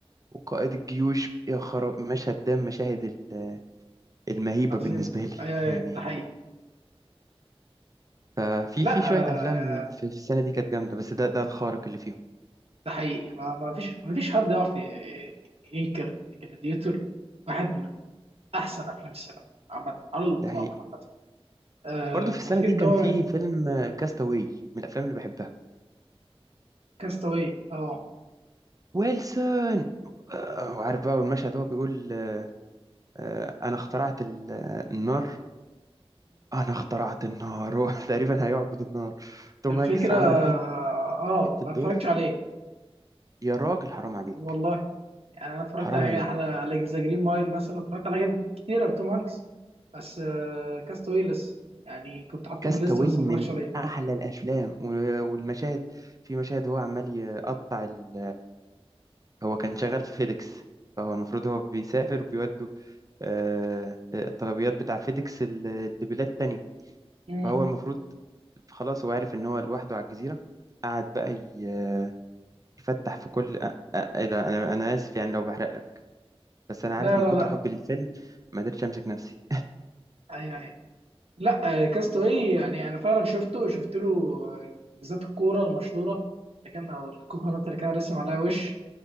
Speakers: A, on the right; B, on the right.
A: وقائد الجيوش يا خراب مشهد ده مشاهد ال- آه، المهيبة
B: عظيم
A: بالنسبة لي
B: اي
A: يعني
B: اي ده حقيقي
A: ففي
B: لا
A: في شوية
B: آه،
A: أفلام في في السنة دي كانت جامدة بس ده ده الخارق اللي فيهم
B: ده حقيقي ما ما فيش ما فيش حد يعرف ي- ينكر جلاديتور واحد من احسن افلام السينما عامة على الاطلاق
A: ده حقيقي
B: عامة آه،
A: برضه في
B: ففكرة
A: السنة دي
B: ان
A: كان
B: هو
A: في فيلم كاستاوي من الأفلام اللي بحبها
B: كاستاوي اه
A: ويلسون آه، وعارف بقى والمشهد هو بيقول آه، أنا اخترعت ال- آه، النار أنا اخترعت النار هو <laughs> تقريبا هيعبد النار توم
B: الفكرة
A: هانكس عمل حتة
B: اه
A: حتة
B: ما اتفرجتش
A: دور
B: عليه
A: يا راجل حرام عليك
B: والله يعني انا اتفرجت
A: حرام
B: على
A: عليك
B: على على ذا جرين مايل مثلا اتفرجت على حاجات كتيرة توم هانكس بس آه كاستاوي لسه يعني كنت حاطه
A: كاستاوي
B: في الليست بس ما
A: من
B: اتفرجتش عليه
A: احلى الافلام و- والمشاهد في مشاهد هو عمال يقطع ال... هو كان شغال في فيديكس فهو المفروض هو بيسافر وبيودوا آه، آه، الطلبيات بتاع فيديكس ل- لبلاد تانية
B: مم.
A: فهو المفروض خلاص هو عارف ان هو لوحده على الجزيرة قعد بقى ي- يفتح في كل أ- أ- ايه ده انا انا اسف يعني لو بحرق لك بس انا عارف
B: لا
A: من
B: لا
A: كتر
B: لا
A: حبي للفيلم ما قدرتش امسك نفسي
B: أي أي. لا آه كاستاوي يعني انا فعلا شفته شفت له آه، بالذات الكورة المشهورة اللي كان او الكوكونات اللي كان رسم عليها وش